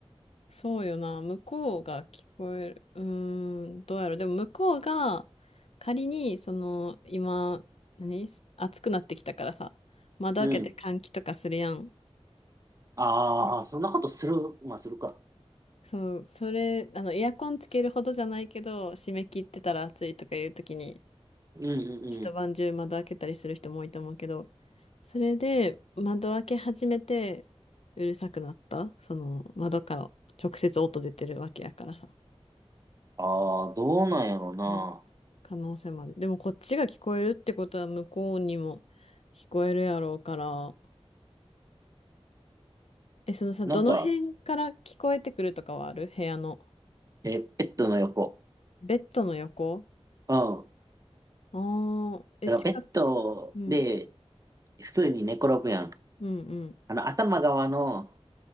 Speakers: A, on the left; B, on the right.
A: そうよな。向こうが聞こえる。うーん、どうやろう。でも向こうが仮に、その、今、何暑くなってきたからさ、窓開けて換気とかするやん。
B: うん。ああ、そんなことする、まあ、するか。
A: そう、それ、あの、エアコンつけるほどじゃないけど、締め切ってたら暑いとかいう時に、
B: うんうんうん。
A: 一晩中窓開けたりする人も多いと思うけど、それで窓開け始めて、うるさくなった、その窓から直接音出てるわけやからさ。
B: ああ、どうなんやろうな。
A: うん可能性もある。でもこっちが聞こえるってことは向こうにも聞こえるやろうから。え、そのさ、
B: なんか、
A: どの辺から聞こえてくるとかはある部屋の。
B: えー、ベッドの横。
A: ベッドの横
B: うん。
A: ああー、え、
B: だからベッドで、
A: 近く。うん。
B: 普通に寝転ぶやん。
A: うんうん
B: あの、頭側の、